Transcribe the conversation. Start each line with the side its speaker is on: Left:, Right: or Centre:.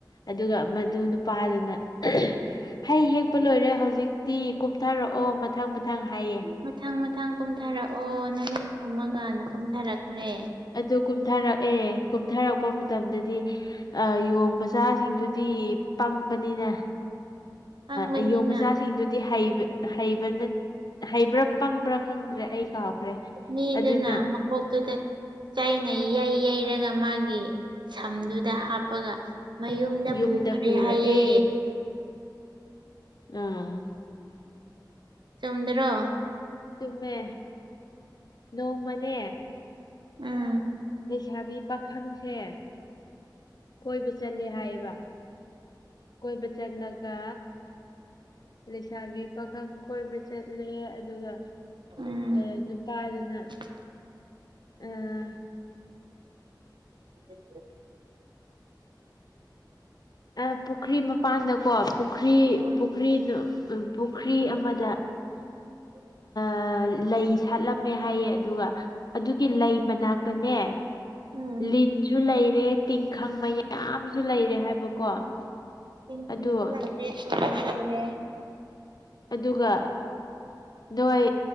Left: ꯑꯗꯨꯒ ꯃꯗꯨ ꯅꯨꯄꯥꯗꯨꯅ <unintelligible> ꯍꯩ ꯍꯦꯛꯄ ꯂꯣꯏꯔꯦ ꯍꯧꯖꯤꯛꯇꯤ ꯀꯨꯝꯊꯔꯛꯑꯣ ꯃꯊꯪ ꯃꯊꯪ ꯍꯥꯏꯌꯦ
Right: ꯃꯊꯪ ꯃꯊꯪ ꯀꯨꯝꯊꯔꯛꯑꯣ ꯅꯃꯤꯠ ꯈꯨꯝꯃꯒꯅ ꯀꯨꯝꯊꯔꯛꯈ꯭ꯔꯦ
Left: ꯑꯗꯨ ꯀꯨꯝꯊꯔꯛꯑꯦ ꯀꯨꯝꯊꯔꯛꯄ ꯃꯇꯝꯗꯗꯤ ꯑ ꯌꯣꯡ ꯃꯆꯥꯁꯤꯡꯗꯨꯗꯤ ꯄꯪꯕꯅꯤꯅ
Right: ꯈꯪꯕꯅꯤꯅ
Left: ꯑ ꯌꯣ ꯃꯆꯥ ꯁꯤꯡꯗꯨꯗꯤ ꯍꯩꯕ ꯍꯩꯕꯅ ꯍꯩꯕ꯭ꯔꯥ ꯄꯪꯕ꯭ꯔꯥ ꯈꯪꯗ꯭ꯔꯦ ꯑꯩ ꯀꯥꯎꯈ꯭ꯔꯦ
Right: ꯃꯤꯗꯨꯅ
Left: ꯑꯗꯨꯅ
Right: ꯑꯃꯨꯛ ꯀꯣꯛꯇꯨꯗ ꯆꯩꯅ ꯌꯩ ꯌꯩꯔꯒ ꯃꯥꯒꯤ ꯁꯝꯗꯨꯗ ꯍꯥꯞꯄꯒ ꯃꯌꯨꯝꯗ
Left: ꯌꯨꯝꯗ
Right: ꯄꯨꯈꯔꯦ
Left: ꯄꯨꯔꯛꯑꯦ
Right: ꯍꯥꯏꯌꯦ
Left: ꯑꯥ
Right: ꯆꯨꯝꯗꯔꯣ
Left: ꯆꯨꯝꯃꯦ ꯅꯣꯡꯃꯅꯦ
Right: ꯎꯝ
Left: ꯂꯩꯁꯥꯕꯤ ꯄꯥꯈꯪꯁꯦ ꯀꯣꯏꯕ ꯆꯠꯂꯦ ꯍꯥꯏꯌꯦꯕ ꯀꯣꯏꯕ ꯆꯠꯂꯒ ꯂꯩꯁꯥꯕꯤ ꯄꯥꯈꯪ ꯀꯣꯏꯕ ꯆꯠꯂꯦ ꯑꯗꯨꯒ
Right: ꯎꯝ
Left: ꯑꯦ ꯅꯨꯄꯥꯗꯨꯅ
Right: <inaudible>
Left: ꯎꯝ
Right: <unintelligible>
Left: ꯑ ꯄꯨꯈ꯭ꯔꯤ ꯃꯄꯥꯟꯗꯀꯣ ꯄꯨꯈ꯭ꯔꯤ
Right: ꯍꯣꯏ
Left: ꯄꯨ ꯄꯨꯈ꯭ꯔꯤꯅꯨ ꯄꯨꯈ꯭ꯔꯤ ꯑꯃꯗ
Right: <inaudible>
Left: ꯑꯥ ꯂꯩ ꯁꯥꯠꯂꯝꯃꯦ ꯍꯥꯏꯌꯦ ꯑꯗꯨꯒ ꯑꯗꯨꯒꯤ ꯂꯩ ꯃꯅꯥꯛꯇꯅꯦ
Right: ꯎꯝ
Left: ꯂꯤꯟꯁꯨ ꯂꯩꯔꯦ ꯇꯤꯡꯈꯪ ꯃꯌꯥ ꯌꯥꯝꯁꯨ ꯂꯩꯔꯦ ꯍꯥꯏꯕꯀꯣ
Right: ꯇꯦꯟꯁꯟꯁꯨ
Left: ꯑꯗꯨ
Right: <unintelligible>
Left: ꯑꯗꯨꯒ ꯅꯣꯏ